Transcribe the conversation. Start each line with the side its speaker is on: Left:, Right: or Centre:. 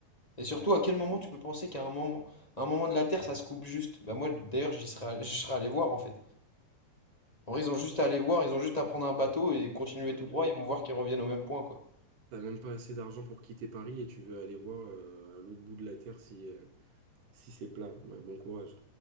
Left: Et surtout, à quel moment tu peux penser qu'à un moment, à un moment de la Terre, ça se coupe juste? Bah moi, d'ailleurs, j'y serais, allé- je serais allé voir en fait. En vrai, ils ont juste à aller voir, ils ont juste à prendre un bateau et continuer
Right: Ouais,
Left: tout droit,
Right: t'as
Left: ils vont voir qu'ils reviennent au même point, quoi.
Right: t'as même pas assez d'argent pour quitter Paris et tu veux aller voir euh, à l'autre bout de la Terre si, euh, si c'est plat. Ouais, bon courage.